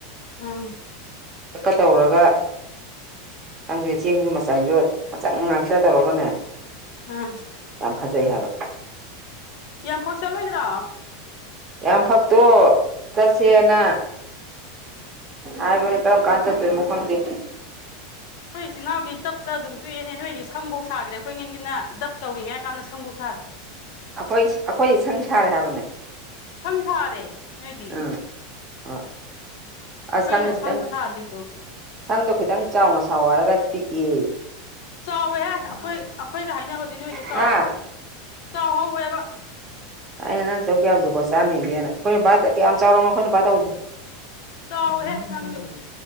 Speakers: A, on the left (about 60°); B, on the right (about 30°).
A: ꯑꯥ
B: ꯇꯧꯔꯒ ꯈꯪꯗꯦ ꯆꯦꯡꯁꯨ ꯆꯝꯖꯣꯠ ꯃꯆꯪ ꯉꯥꯛꯇ ꯇꯧꯔꯒꯅꯦ
A: ꯎꯝ
B: ꯌꯥꯝꯐꯥꯖꯩ ꯍꯥꯏꯕ
A: ꯀꯌꯥꯝꯐꯛ ꯆꯠꯂꯣꯏꯗ꯭ꯔꯣ
B: ꯌꯥꯝ ꯐꯛꯇꯣ ꯆꯠꯁꯦꯅ ꯍꯥꯏꯕ ꯀꯔꯝ ꯀꯥꯟ ꯊ ꯃ ꯐꯗ
A: ꯑꯩꯣꯏ ꯏꯆꯤꯜ ꯏꯅꯥꯎꯒꯤ ꯗꯞꯇ ꯑꯗꯨꯝ ꯇꯣꯛꯑꯦꯅꯦ ꯅꯣꯏꯗꯤ ꯁꯪꯕꯧ ꯁꯥꯈꯔꯦ ꯑꯩꯈꯣꯏ ꯉꯪꯒꯤꯅ ꯗꯞ ꯇꯧꯔꯤꯉꯩ ꯀꯥꯟꯗ ꯁꯪꯕꯧꯁꯗꯦ
B: <inaudible> ꯑꯩꯈꯣꯏ ꯑꯩꯈꯣꯏ ꯁꯪ ꯁꯥꯔꯦ ꯍꯥꯏꯕꯅꯦ
A: ꯁꯪ ꯁꯥꯔꯦ ꯅꯣꯏꯗꯤ
B: ꯎꯝ ꯑ
A: ꯑꯩꯈꯣꯏꯒꯤꯅ
B: ꯑ ꯁꯪꯗꯣ ꯈꯤꯇꯪ
A: ꯁꯪꯕꯨ ꯁꯥꯗ꯭ꯔꯤꯗꯣ
B: ꯁꯪꯗꯣ ꯈꯤꯇꯪ ꯆꯥꯎꯅ ꯁꯥꯎ ꯍꯥꯏꯔꯒ ꯄꯤꯛꯑ
A: ꯆꯥꯎꯋꯦꯍꯦ ꯑꯩꯈꯣꯏ ꯑꯩꯈꯣꯏꯒ ꯍꯥꯏꯅꯕꯗꯤ ꯅꯣꯏꯗꯣ ꯆꯥꯎꯋꯦ
B: ꯍꯥ
A: ꯆꯥꯎꯍꯧꯋꯦꯕ
B: ꯑꯩꯅ ꯅꯪ ꯇꯧ ꯀꯌꯥꯕꯨꯁꯨꯛꯀꯣ ꯆꯥꯅꯤꯡꯒꯦꯅ ꯑꯩꯈꯣꯏꯅ ꯕꯥ ꯀꯌꯥꯝ ꯆꯥꯎꯔꯒ ꯑꯩꯈꯣꯏꯅ ꯕꯥ ꯇꯧꯗꯦ
A: ꯆꯥꯎꯋꯦꯍꯦ ꯅꯪꯖꯨ